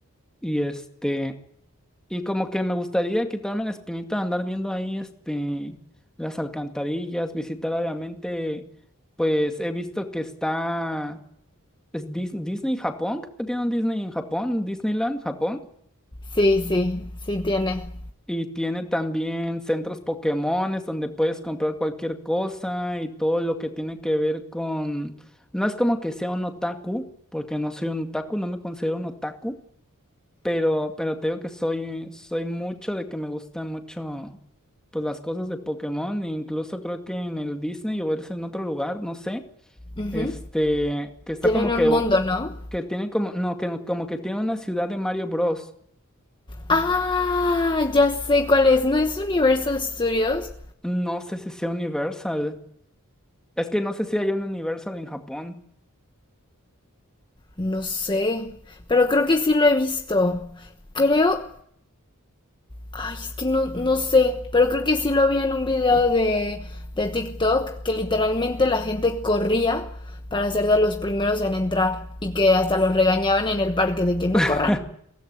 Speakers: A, in the centre; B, on the left (about 20°).
A: Y este, y como que me gustaría quitarme la espinita de andar viendo ahí este las alcantarillas, visitar obviamente, pues he visto que está es Dis- Disney Japón, creo que tiene un Disney en Japón, Disneyland Japón.
B: Sí, sí, sí tiene.
A: Y tiene también centros Pokémones donde puedes comprar cualquier cosa y todo lo que tiene que ver con... No es como que sea un otaku, porque no soy un otaku, no me considero un otaku, pero, pero te digo que soy, soy mucho de que me gustan mucho pues las cosas de Pokémon, e incluso creo que en el Disney o es en otro lugar, no sé,
B: Ujú.
A: este, que está
B: Tienen
A: como
B: un
A: que, un-
B: mundo, ¿no?
A: que tiene como, no, que como que tiene una ciudad de Mario Bros.
B: Ah, ya sé cuál es. ¿No es Universal Studios?
A: No sé si sea Universal. Es que no sé si hay un Universal en Japón.
B: No sé, pero creo que sí lo he visto. Creo... Ay, es que no, no sé, pero creo que sí lo vi en un video de, de TikTok que literalmente la gente corría para ser de los primeros en entrar y que hasta los regañaban en el parque de que no
A: <laughs>
B: corran.